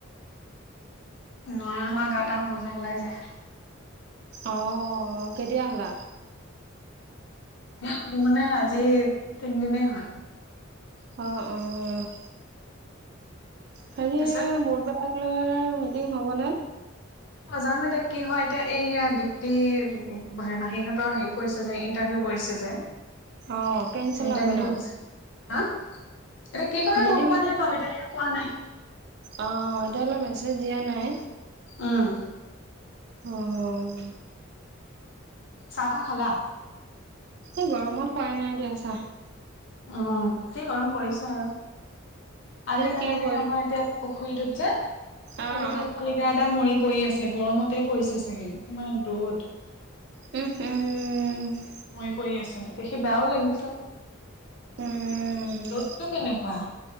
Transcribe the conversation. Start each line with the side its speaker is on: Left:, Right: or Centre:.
Left: নোৱাৰা নহয় গাতে মজা ওলাই যায়।
Right: অ', কেতিয়া হ'লা?
Left: হ'লো মানে আজি তিনদিনে হল।
Right: অ'অ' হেৰি
Left: তাৰপিছত
Right: বুধবাৰৈলকে মিটিং হ'বনে।
Left: অ' জানো এতিয়া কি হয় এতিয়া এইয়া দীপ্তি উ হে মাহীহঁতৰ হেৰি পৰিছে যে ইণ্টাৰভিউ। পৰিছে যে
Right: অ কেনচেল
Left: ইন্টাৰভিউটো
Right: হ'ব ন
Left: গৈছে হা। এতিয়া কি কৰা
Right: মিটিং
Left: গ'ম পোৱা নাই বাৰু এতিয়ালৈকে কোৱা নাই।
Right: অ' এতিয়ালৈ মেছেজ দিয়া নাই
Left: উম
Right: অ'
Left: চাহ তাহ খালা?
Right: এই গৰমত খোৱাই নাই এ দিয়া চাহ।
Left: উম, কি গৰম পৰিছে আৰু। আজি জানানে
Right: কি কৰিলো
Left: আমাৰ এতিয়া পুখুৰীটোত যে শালিকি
Right: অ অ
Left: শালিকি। কিবা এটা মৰি পৰি আছে, গৰমতে পৰিছে চাগে ইমান ৰ'দ।
Right: উমহ, উমহ।
Left: মৰি পৰি আছে, দেখি বেয়াও লাগিছে।
Right: উম
Left: ৰ'দটো কেনেকুৱা।